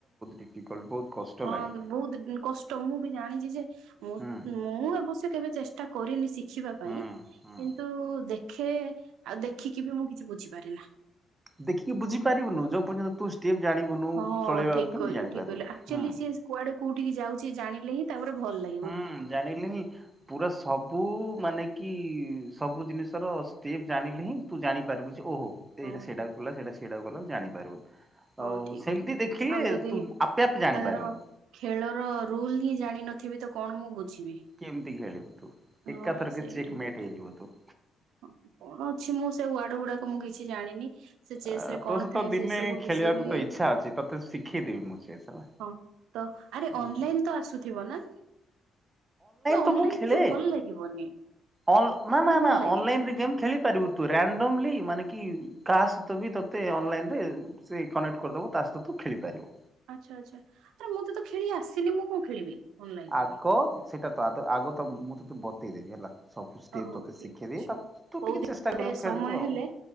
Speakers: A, on the right (about 20°); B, on the right (about 85°).
A: ଡିଫିକଲ୍ଟ ବହୁତ କଷ୍ଟ
B: ହଁ
A: ଲାଗେ।
B: ତ ବହୁତ କଷ୍ଟ ମୁଁ ବି ଜାଣିଚି ଯେ ମୁଁ
A: ହୁଁ
B: ମୁଁ ଆବଶ୍ୟ କେବେ ଚେଷ୍ଟା କରିନି ଶି ଖିବା ପାଇଁ
A: ହୁଁ ହୁଁ।
B: କିନ୍ତୁ ଦେଖେ ଆଉ ଦେଖିକି ବି ମୁଁ କିଛି ବୁଝିପାରେ ନା।
A: ଦେଖିକି ବୁଝିପାରିବୁନୁ ଯୋଉ ପର୍ଯ୍ୟନ୍ତ ତୁ ଷ୍ଟେପ ଜାଣିବୁନୁ
B: ହଁ
A: ଚଳେଇବା
B: ଠିକ
A: କେମିତି
B: କହିଲୁ
A: ଜାଣିପାରିବୁୁ
B: ଠିକ କହିଲୁ ଆକ୍ଚୁଆଲି
A: ହୁଁ।
B: ସିଏ କୁଆଡେ କୋଉଠିକି ଯାଉଚି ଜାଣିଲେ ହିଁ ତାପରେ ଭଲ ଲାଗ
A: ହୁଁ ଜାଣିଲେ ହିଁ ପୁରା ସବୁ ମାନେ କି ସବୁ ଜିନିଷର ଷ୍ଟେପ୍ ଜାଣିଲେ ହିଁ ତୁ ଜାଣି ପାରିବୁ
B: ହଉ
A: ଯେ ଓହ ଏଇଟା ସେଟାକୁ କଲା ସେଟା ସେଇଟା କୁ ଗଲା ଜାଣିପାରିବୁ।
B: ହଁ
A: ଆଉ
B: ଠିକ
A: ସେମିତି
B: ଠିକ,
A: ଦେଖିଲେ
B: ଆଉ ଯଦି
A: ତୁ ଆପେ ଆପେ ଜାଣିପାରିବୁନୁ
B: ତାର ଖେଳର ରୁଲ ହିଁ ଜାଣିନଥିବି ତ କଣ ମୁଁ ବୁଝିବି।
A: କେମିତି ଖେଳିବୁ ତୁ ଏକାଥରକେ
B: ହଁ ସେଇଟା
A: ଚେକ୍
B: ସେଇଟା
A: ମେଟ ହେଇଯିବ ତୁ।
B: ହଁ କଣ ଅଛି ମୁଁ ସେ ୱାର୍ଡ ଗୁଡାକ ମୁଁ କିଛି ଜାଣିନି ସେ ଚେସ୍
A: ଆ
B: ରେ
A: ତୋ
B: କଣ
A: ସହିତ
B: ଥାଏ
A: ଦିନେ
B: ସେ ସବୁ
A: ଖେଳିବାକୁ
B: ବିଷ ତରେ
A: ତ ଇଚ୍ଛା ଅଛି ତତେ ଶିଖେଇଦେବି ମୁଁ ଚେସ୍ ହେଲା।
B: ହଁ ତ ଆରେ
A: ହୁଁ
B: ଅନଲାଇନ ତ ଆସୁ ଥିବ ନା ଅନଲାଇନ
A: ତ ମୁଁ ଖେଳେ।
B: କିଛି ଭଲ ଲାଗିବନି।
A: ଅନ୍ ନା
B: ମାନେ
A: ନା
B: ଭଲ
A: ନା
B: ଲାଗେ
A: ଅନଲାଇନ ରେ ଗେମ୍ ଖେଳି ପାରିବୁ। ତୁ <unintelligible> ମାନେ କି କା ସହିତ ବି ତତେ ଅନ୍ଲାଇନରେ ସେ କନେକ୍ଟ କରିଦବ ତା ସହିତ ତୁ ଖେଳି ପାରିବୁ।
B: ଆଛା ଆଛା ଆରେ ମୁଁତ ତ ଖେଳି ଆସେନି ମୁଁ କଣ ଖେଳିବି ଅନଲାଇନ
A: ଆଗ
B: ପୁଣି।
A: ସେଇଟା ତ ଆଦ ଆଗ ତ ମୁଁ ତ ତତେ ବତେଇ ଦେବି ହେଲା। ସବୁ ଷ୍ଟେପ୍
B: ଓ ହଁ
A: ତୋତେ
B: ଠିକ
A: ଶିଖେଇଦେବି
B: ଅଛି,
A: ତାପ ତୁ
B: କୋଉଦିନ
A: ଟିକେ ଚେଷ୍ଟା
B: ଗୋଟେ
A: କରିବୁ
B: ସମୟ
A: ଖେଳିବୁ ଆଉ
B: ହେଲେ